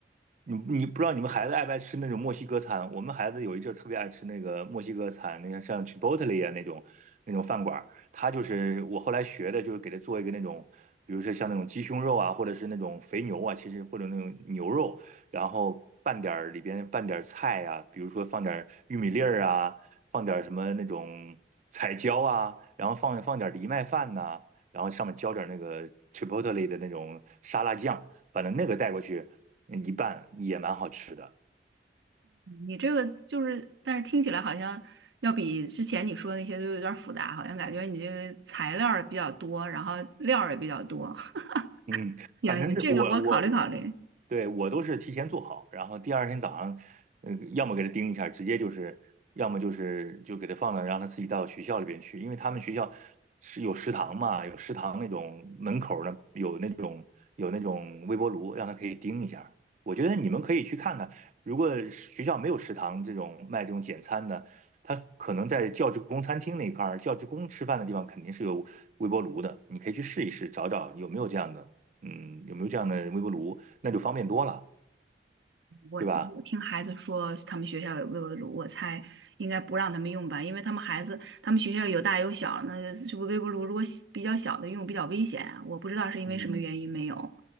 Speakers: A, on the right; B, on the right.
A: 你你不知道你们孩子爱不爱吃那种墨西哥餐？我们孩子有一阵儿特别爱吃那个墨西哥餐，那像像 Chipotle 啊那种那种饭馆儿，他就是我后来学的，就是给他做一个那种，比如说像那种鸡胸肉啊，或者是那种肥牛啊，其实或者那种牛肉，然后拌点儿里边拌点儿菜呀、啊比如说放点儿玉米粒儿啊，放点儿什么那种彩椒啊，然后放放点儿藜麦饭呐、然后上面浇点儿那个 Chipotle 的那种沙拉酱，反正那个带过去。嗯一半也蛮好吃的。
B: 你这个就是，但是听起来好像要比之前你说的那些都有点儿复杂，好像感觉你这个材料儿比较多，然后料儿也比较多。<laughs>
A: 嗯，
B: 行行，
A: 反正这我我
B: 这个我考虑考虑。
A: 对我都是提前做好，然后第二天早上，嗯，要么给他盯一下，直接就是，要么就是就给他放到让他自己带到学校里边去，因为他们学校是有食堂嘛，有食堂那种门口儿呢有那种有那种微波炉，让他可以盯一下。我觉得你们可以去看看，如果学校没有食堂这种卖这种简餐的，他可能在教职工餐厅那一块儿，教职工吃饭的地方肯定是有微波炉的，你可以去试一试，找找有没有这样的。嗯，有没有这样的微波炉，那就方便多了，
B: 我我听孩子说他们学校有微波炉，
A: 对吧？
B: 我猜应该不让他们用吧，因为他们孩子他们学校有大有小，那个是不是微波炉如果小比较小的用比较危险啊？我不知道是因为什么原因没有。
A: 嗯，